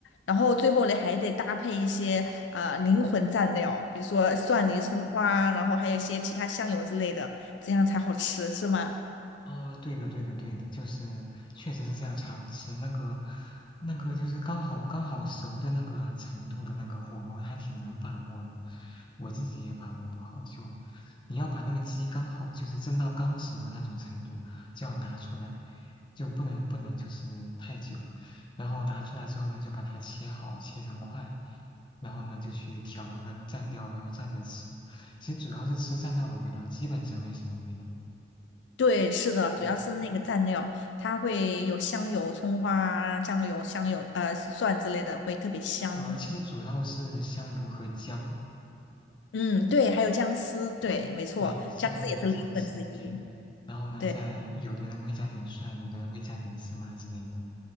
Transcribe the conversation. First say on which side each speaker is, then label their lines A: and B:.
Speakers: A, on the left (about 85°); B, on the left (about 25°).
A: 然后最后你还得搭配一些呃灵魂蘸料，比如说蒜泥、葱花，然后还有一些其他香油之类的，这样才好吃，是吗？
B: 啊，对的，对的，对的，就是确实是这样才好吃。那个，那个就是刚好刚好熟的那个程度的那个火候，还挺难把握的。我自己也把握不好，就你要把那个鸡刚好就是蒸到刚熟的那种程度，就要拿出来，就不能不能就是太久。然后拿出来之后呢，就把它切好，切成块，然后呢就去调那个蘸料，然后蘸着吃。其实主要是吃蘸料的味道，基本上没什么味道。
A: 对，是的，主要是那个蘸料，
B: 嗯。
A: 它会有香油、葱花啊、酱油、香油呃蒜之类的，会特别香。
B: 呃，其实主要是香油和姜，
A: 嗯，对，还有姜丝，对，没错，
B: 对，香油和姜丝，
A: 姜丝也是灵魂之一。
B: 对。然后呢，
A: 对
B: 再有的人会加点蒜，有的人会加点芝麻之类的。